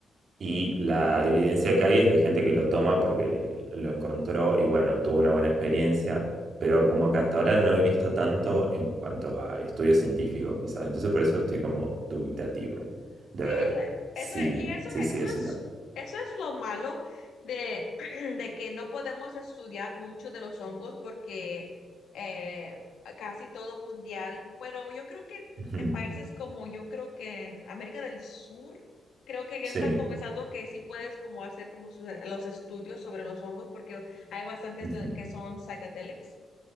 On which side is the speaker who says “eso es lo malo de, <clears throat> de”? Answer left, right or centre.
Left